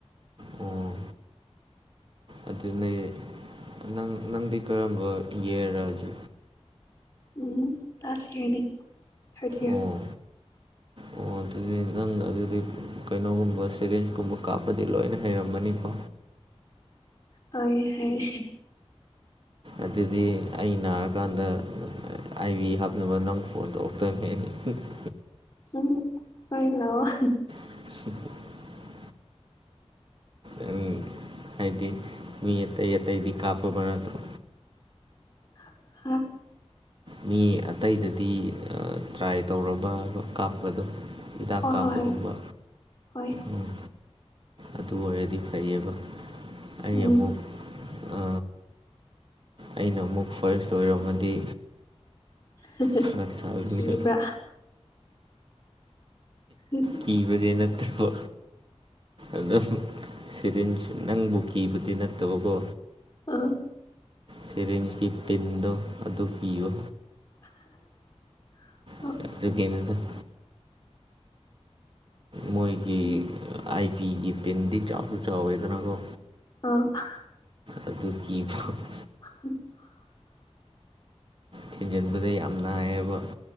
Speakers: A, on the right; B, on the left.
A: ꯎꯝ ꯑꯗꯨꯅꯦ ꯅꯪ ꯅꯪꯗꯤ ꯀꯔꯝꯕ ꯌꯦꯔꯥ ꯍꯖꯤ
B: ꯎꯝ ꯂꯥꯁ ꯌꯔꯅꯦ ꯊꯥꯔꯗ ꯌꯥꯔ
A: ꯑꯣ ꯑꯣ ꯑꯗꯨꯗꯤ ꯅꯪ ꯑꯗꯨꯗꯤ ꯀꯩꯅꯣꯒꯨꯝꯕ ꯁꯦꯔꯤꯟꯁꯀꯨꯝꯕ ꯀꯥꯞꯄꯗꯤ ꯂꯣꯏꯅ ꯍꯩꯔꯝꯃꯅꯤꯀꯣ
B: ꯍꫭꯏ ꯍꯩ
A: ꯑꯗꯨꯗꯤ ꯑꯩ ꯅꯥꯔꯀꯥꯟꯗ ꯑꯥꯏꯚꯤ ꯍꯥꯞꯅꯕ ꯅꯪ ꯐꯣꯟ ꯇꯧꯔꯛꯇꯣꯏꯃꯤ <unintelligible>
B: ꯆꯤꯡ ꯍꫭꯏ ꯂꯧ <unintelligible>
A: <unintelligible> ꯑꯩ ꯍꯥꯏꯗꯤ ꯃꯤ ꯑꯇꯩ ꯑꯇꯩꯗꯤ ꯀꯥꯞꯄꯕ ꯅꯠꯇ꯭ꯔꯣ
B: <unintelligible>
A: ꯃꯤ ꯑꯇꯩꯗꯗꯤ ꯇ꯭ꯔꯥꯏ ꯇꯧꯔꯕꯕ ꯀꯥꯞꯄꯗꯣ ꯍꯤꯗꯥꯛ
B: ꯑꯣ
A: ꯀꯥꯞꯄꯒꯨꯝꯕ
B: ꯍꯣꯏ ꯍꯣꯏ ꯍꯣꯏ
A: ꯎꯝ ꯑꯗꯨ ꯑꯣꯏꯔꯗꯤ ꯐꯩꯌꯦꯕ ꯑꯩ
B: ꯎꯝ
A: ꯑꯃꯨꯛ ꯑ ꯑꯩꯅ ꯑꯃꯨꯛ ꯐꯔꯁ ꯑꯣꯏꯔꯝꯃꯗꯤ
B: <unintelligible>
A: ꯐꯔꯛ ꯇꯥꯗꯣꯏꯅꯦꯕ
B: ꯀꯤꯕ꯭ꯔꯥ <unintelligible>
A: ꯀꯤꯕꯗꯤ ꯅꯠꯇꯕ ꯑꯗꯝ ꯁꯤꯔꯤꯟꯁ ꯅꯪꯕꯨ ꯀꯤꯕꯗꯤ ꯅꯠꯇꯕꯀꯣ
B: ꯑ
A: ꯊꯤꯔꯤꯟꯁꯀꯤ ꯄꯤꯟꯗꯣ ꯑꯗꯨ ꯀꯤꯕ
B: <unintelligible>
A: <unintelligible> ꯃꯣꯏꯒꯤ
B: ꯎꯝ
A: ꯑꯥꯏ ꯄꯤꯒꯤ ꯄꯤꯟꯗꯤ ꯆꯥꯎꯁꯨ ꯆꯥꯎꯋꯦꯗꯅꯀꯣ
B: ꯑ
A: ꯑꯗꯨꯒꯤ <unintelligible>
B: <unintelligible>
A: ꯊꯤꯟꯖꯟꯕꯗ ꯌꯥꯝ ꯅꯥꯏꯌꯦꯕ